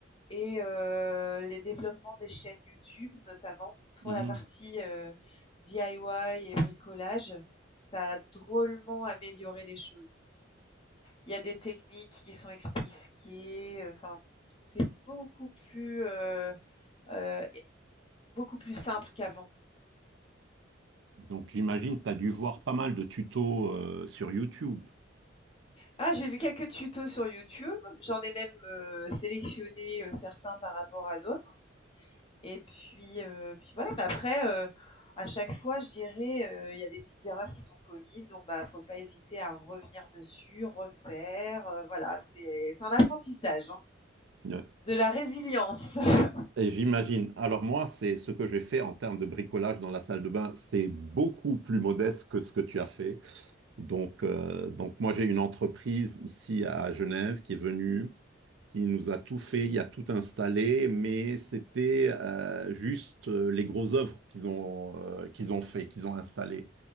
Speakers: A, on the left (about 30°); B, on the right (about 70°).
A: et euh, les développements des chaînes YouTube, notamment
B: Mhm.
A: pour la partie euh, DIY et bricolage, ça a drôlement amélioré les choses. Il y a des techniques qui sont expliquées, euh, enfin, c'est beaucoup plus, heu heu, beaucoup plus simple qu'avant.
B: Donc j'imagine que tu as dû voir pas mal de tutos euh, sur YouTube.
A: Ah, j'ai vu quelques tutos sur YouTube, j'en ai même, heu, sélectionné, heu, certains par rapport à d'autres et puis, heu, puis voilà, mais après, heu, à chaque fois, je dirais, heu, il y a des petites erreurs qui sont commises, donc bah, faut pas hésiter à revenir dessus, refaire, heu, voilà, c'est c'est un apprentissage, hein.
B: Ouais.
A: De la résilience. <laughs>
B: Et j'imagine. Alors moi, c'est ce que j'ai fait en termes de bricolage dans la salle de bain, c'est beaucoup plus modeste que ce que tu as fait. Donc, euh, donc moi, j'ai une entreprise ici à Genève qui est venue Il nous a tout fait, il a tout installé, mais c'était euh, juste euh, les grosses œuvres qu'ils ont, euh, qu'ils ont fait, qu'ils ont installées.